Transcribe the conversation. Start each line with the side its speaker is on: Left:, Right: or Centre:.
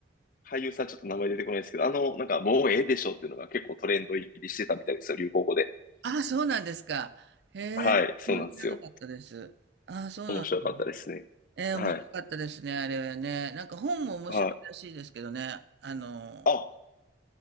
Left: 俳優さんちょっと名前出てこないですけど、あの、なんか、もうええでしょうっていうのが結構トレンド入りしてたみたいですよ、流行語で。
Right: ああ、そうなんですか。へえ、
Left: はい、そうなんですよ。
Right: 知らなかったです。ああ、そう
Left: 面白かったですね。
Right: ええ、
Left: はい、
Right: 面白かったですね、あれはね。なんか本も面白いらしいですけどね。
Left: はい。
Right: あの、
Left: あ、